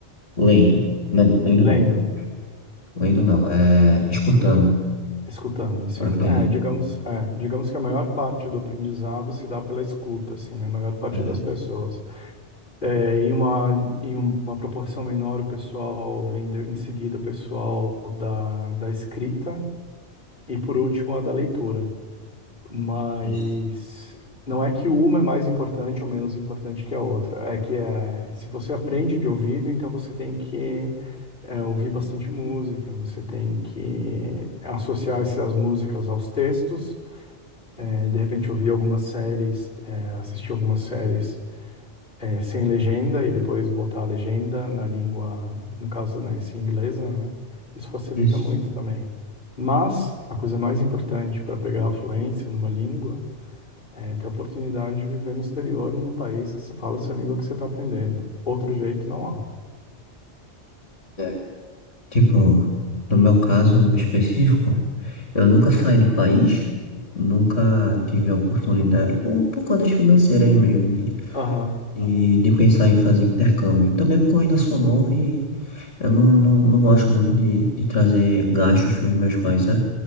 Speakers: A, on the left (about 60°); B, on the left (about 45°).
A: lendo. Não, lendo
B: Lendo.
A: não. Lendo não, é escutando,
B: Escutando, sim.
A: eu acredito.
B: É, digamos, é, digamos que a maior parte do aprendizado se dá pela escuta, assim, a maior parte
A: É,
B: das pessoas. É, em uma, em uma proporção menor, o pessoal vem de- em seguida o pessoal da, da escrita e, por último, a da leitura. Mas
A: isso,
B: não é que uma é mais importante ou menos importante que a outra. É que é, se você aprende de ouvido, então você tem que é, ouvir bastante música, você tem que associar essas músicas aos textos, é, de repente ouvir algumas séries, é, assistir algumas séries é, sem legenda e depois botar a legenda na língua, no caso, né, se inglesa, né? Isso facilita
A: isso.
B: muito também. Mas a coisa mais importante para pegar a fluência numa língua é, ter a oportunidade de viver no exterior, no país que se fala essa língua que você está aprendendo. Outro jeito não há.
A: É. Tipo, no meu caso específico, Eu nunca saí do país, nunca tive a oportunidade, por, por contas financeiras mesmo, de,
B: Aham,
A: de, de pensar em fazer intercâmbio. Também porque eu ainda sou novo e eu não, não, não gosto muito de, de trazer gastos para os meus pais, sabe?